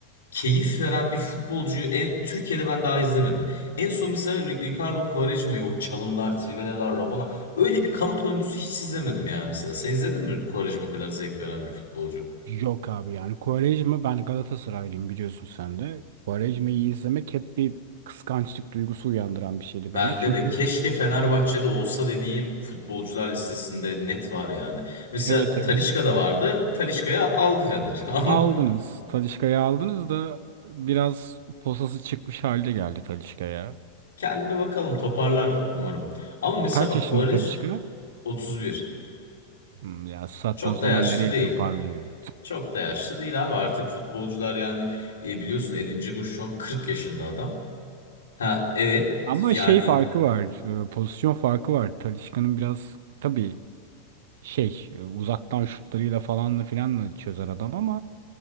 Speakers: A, on the left; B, on the right.
A: keyif veren bir futbolcuyu en, Türkiye'de ben daha izlemedim. En son mesela Ricardo Quaresma'yı o çalımlar, triveler, Rabona öyle bir kanat oyuncusu hiç izlemedim yani mesela. Sen izledin mi Quaresma kadar zevk veren bir futbolcu?
B: Yok abi yani Quaresma ben Galatasaraylıyım biliyorsun sen de. Quaresma'yı izlemek hep bir kıskançlık duygusu uyandıran bir şeydi
A: Bende
B: bende. Çünkü
A: de keşke Fenerbahçe'de olsa dediğim futbolcular listesinde net var yani. Mesela
B: evet evet
A: Talisca da vardı. Talisca'yı aldı Fener. <laughs> Ama
B: aldınız Talisca'yı aldınız da biraz posası çıkmış halde geldi Talisca'ya.
A: kendine bakalım toparlar umarım. Ama mesela
B: Kaç
A: bak
B: yaşında
A: Quaresma
B: Talisca?
A: otuz bir
B: Hmm, ya sattan
A: Çok
B: sonra
A: da yaşlı
B: nereye
A: değil.
B: toparlıyor?
A: Çok da yaşlı değil abi. Artık futbolcular yani e, biliyorsun Edin Dzeko şu an 40 yaşında adam. Ha evet
B: Ama
A: yani
B: şey farkı var, e, pozisyon farkı var. Talisca'nın biraz tabii şey e, uzaktan şutlarıyla falanla filanla çözer adam ama